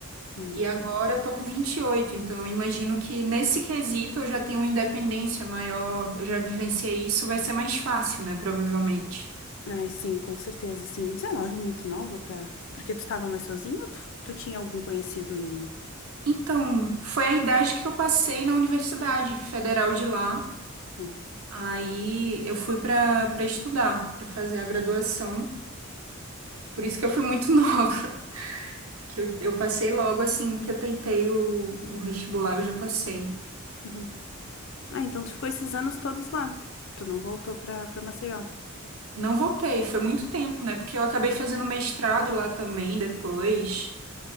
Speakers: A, on the left (about 60°); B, on the right (about 80°).
A: Hum.
B: E agora eu tô com 28. Então, eu imagino que nesse quesito eu já tenho uma independência maior. Eu já vivenciei isso, vai ser mais fácil, né? Provavelmente.
A: Ai, sim, com certeza, sim. E 19 é muito nova pra. Porque tu tava mais sozinho ou tu, tu tinha algum conhecido em.
B: Então, foi a idade que eu passei na Universidade Federal de lá.
A: Hum.
B: Aí eu fui para para estudar, para fazer a graduação. Por isso que eu fui muito <laughs> nova, que eu, eu passei logo assim que eu tentei o, o vestibular, eu já passei.
A: Uhum. Ah, então tu ficou esses anos todos lá. Tu não voltou pra, pra Maceió.
B: Não voltei, foi muito tempo, né? Porque eu acabei fazendo mestrado lá também depois.